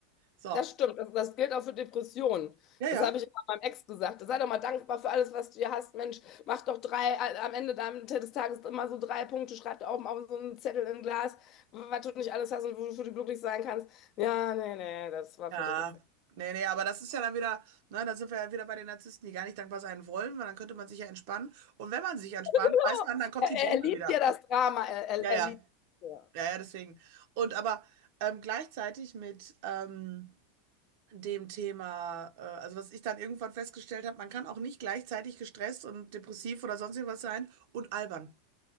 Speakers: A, on the right; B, on the left.
A: So,
B: das stimmt. Das, das gilt auch für Depressionen.
A: ja, ja.
B: Das habe ich immer meinem Ex gesagt. Sei doch mal dankbar für alles, was du hier hast. Mensch, mach doch drei, a- am Ende deinem- des Tages immer so drei Punkte, schreib da oben auf so einen Zettel in ein Glas, was du nicht alles hast und wofür du glücklich sein kannst. Ja, nee, nee, das war
A: Ja,
B: für den Ex.
A: nee, nee, aber das ist ja dann wieder, ne, da sind wir ja wieder bei den Narzissten, die gar nicht dankbar sein wollen, weil dann könnte man sich ja entspannen. Und wenn man sich entspannt,
B: Oh,
A: weiß man, dann kommt
B: Er,
A: die Bombe
B: er liebt
A: wieder.
B: ja das Drama, er, er,
A: Ja,
B: er
A: ja,
B: liebt. Ja.
A: ja, ja, deswegen. Und aber ähm, gleichzeitig mit, ähm, dem Thema, äh, also was ich dann irgendwann festgestellt habe, man kann auch nicht gleichzeitig gestresst und depressiv oder sonst irgendwas sein und albern.